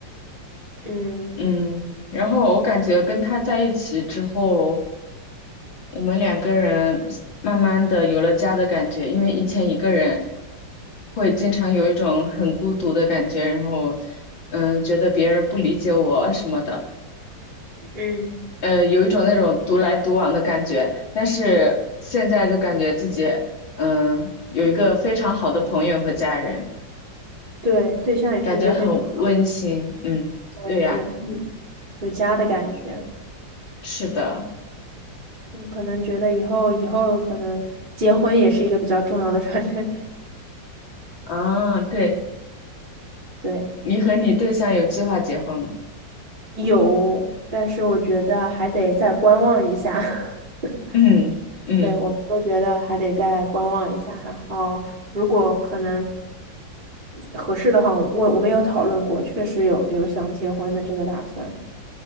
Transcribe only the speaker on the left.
嗯，然后我感觉跟他在一起之后。我们两个人慢慢的有了家的感觉，因为以前一个人会经常有一种很孤独的感觉，然后嗯，觉得别人不理解我啊什么的，
呃，有一种那种独来独往的感觉。但是现在就感觉自己嗯有一个非常好的朋友和家人，
感觉很温馨。嗯，
对呀，
是的，
啊，对，
你和你对象有计划结婚吗？
嗯嗯